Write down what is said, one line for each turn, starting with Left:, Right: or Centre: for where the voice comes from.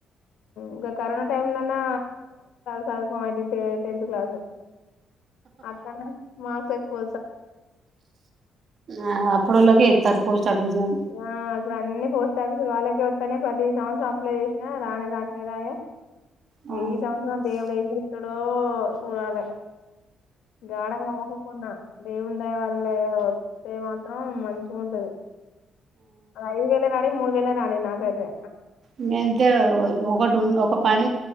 Left: ఇంకా కరోనా టైమ్న్నా సాధకం అవుంది టెన్త్ క్లాసు అత నా మాస ఎక్వ
Right: ఆ అప్పుడోలకే తారు పోస్ ఆఫిస్ జం
Left: ఆ ఇప్పుడు అన్ని పోస్ట్ ఆఫీసులు వాళ్ళకే వస్తానే ప్రతి సంవత్సరం అప్లై చేసినా రానే దాట్లే రాయ
Right: ఆ
Left: ఈ సంవత్సరం అంటే ఎవడతడో సూడాల గాఢంగా మొక్కుకున్న దేవుండయ వాళ్ళ వస్తే మాత్రం మంచి ఉంటది ఐదు వేల రానిి మూడు వే రాని నాకతే
Right: ఇ ఎంత ఒకటిం ఒక ప పప్పు